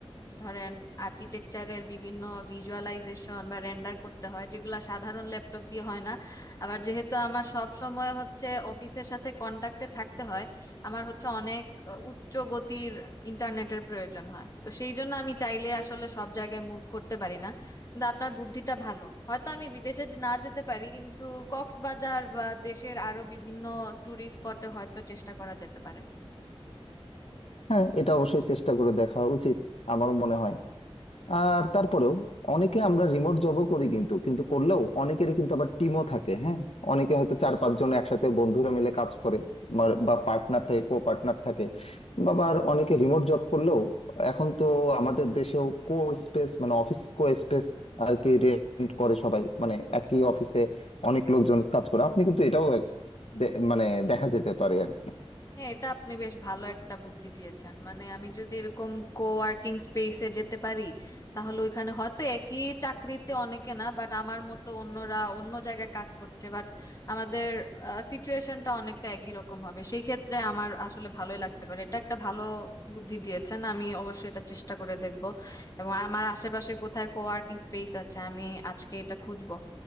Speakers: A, on the left; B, on the left.
A: ধরেন আর্কিটেকচারের বিভিন্ন ভিজুয়ালাইজেশন বা রেন্ডার করতে হয় যেগুলো সাধারণ ল্যাপটপ দিয়ে হয় না আবার যেহেতু আমার সব সময় হচ্ছে অফিসের সাথে কন্টাক্টে থাকতে হয় আমার হচ্ছে অনেক আহ, উচ্চ গতির ইন্টারনেটের প্রয়োজন হয় তো সেই জন্য আমি চাইলে আসলে সব জায়গায় মুভ করতে পারি না কিন্তু আপনার বুদ্ধিটা ভালো হয়তো আমি বিদেশে যে- না যেতে পারি কিন্তু কক্সবাজার বা দেশের আরো বিভিন্ন টুরিস্ট স্পটে হয়তো চেষ্টা করা যেতে পারে
B: হ্যাঁ এটা অবশ্যই চেষ্টা করে দেখা উচিত আমার মনে হয় আর তারপরেও অনেকে আমরা রিমোট জবও করি কিন্তু কিন্তু করলেও অনেকেরই কিন্তু আবার টিমও থাকে হ্যাঁ অনেকে হয়তো চার পাঁচজন একসাথে বন্ধুরা মিলে কাজ করে মার- বা পার্টনার থাকে কো পার্টনার থাকে বা আবার অনেকে রিমোট জব করলেও এখন তো আমাদের দেশেও কো স্পেস মানে অফিস কো স্পেস আর কি রেন্ট করে সবাই মানে একই অফিসে অনেক লোকজন কাজ করে আপনি কিন্তু এটাও এক- দে- মানে দেখা যেতে পারে আর কি
A: হ্যাঁ এটা আপনি বেশ ভালো একটা বুদ্ধি দিয়েছেন মানে আমি যদি এরকম কোওয়ার্কিং স্পেসে যেতে পারি তাহলে ওইখানে হয়তো একই চাকরিতে অনেকে না বাট আমার মতো অন্যরা অন্য জায়গায় কাজ করছে বাট আমাদের সিচুয়েশনটা অনেকটা একই রকম হবে সেই ক্ষেত্রে আমার আসলে ভালোই লাগতে পারে এটা একটা ভালো বুদ্ধি দিয়েছেন আমি অবশ্যই এটা চেষ্টা করে দেখব এবং আমার আশেপাশে কোথায় কোওয়ার্কিং স্পেস আছে আমি আজকে এটা খুঁজবো